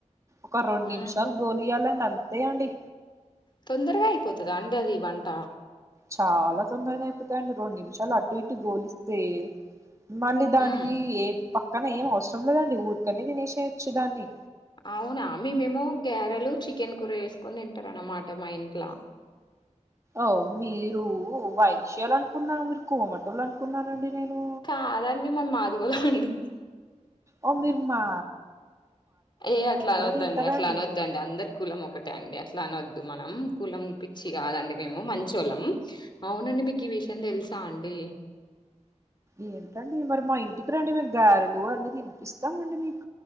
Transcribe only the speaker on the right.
ఒక రెండు
నిమిషాలు గోలియ్యాలండి అం తేయండి
చాలా తొందరగా అయిపోతాయండి రెండు నిమిషాలు అడ్టు ఇటు గోలిస్తే మళ్ళీ దానికి
ఏ పక్కన ఏం అవసరం లేదండి ఊరికనే తినేసేయోచ్చు దాన్ని
ఓ మీరు వైషయాలం కున్నా మీరు కోమటోళ్ళు అనుకున్నానండి నేను
ఓ మీర్ మా
తింటారా
అండి
ఏంటండి మరి మా ఇంటికి రండి మేము గారెలు అన్ని తినిపిస్తామండి మీకు